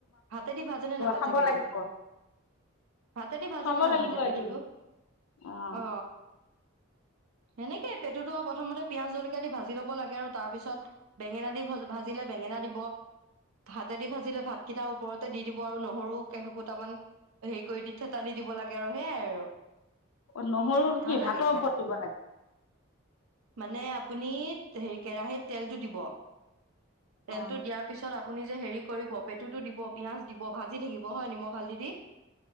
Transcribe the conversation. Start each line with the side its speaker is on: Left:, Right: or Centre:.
Right: ভাতে দি ভাজেনে, নাভাজে
Left: খাব
Right: পেটু?
Left: লাগিব
Right: ভাতে দি ভাজেনে,
Left: খাব
Right: নাভাজে
Left: লাগিব
Right: পেটুটো?
Left: এদিন অঁ
Right: অ সেনেকে পেটুতো আৰু প্ৰথমতে পিয়াজ জলকীয়া দি ভাজি ল'ব লাগে আৰু, তাৰ পিছত বেঙেনা দি ভাজি-ভাজিলে বেঙেনা দিব ভা ভাতেদি ভাজিলে ভাতকেইটাৰ ওপৰতে দি দিব, আৰু নহৰু কেফোটামান হেৰি কৰি দি, থেতালি দিব লাগে। আৰু সেয়াই আৰু
Left: অ নহৰু
Right: ভাল
Left: কি ভাতৰ
Right: লাগে খাই
Left: ওপৰত দিব লাগে?
Right: মানে, আপুনি হে কেৰাহিত তেলটো দিব তেলটো
Left: অঁ
Right: দিয়াৰ পিছত, আপুনি যে হেৰি কৰিব, পেটুতো দিব, পিঁয়াজ দিব, ভাজি থাকিব হয় নিমখ, হালধি দি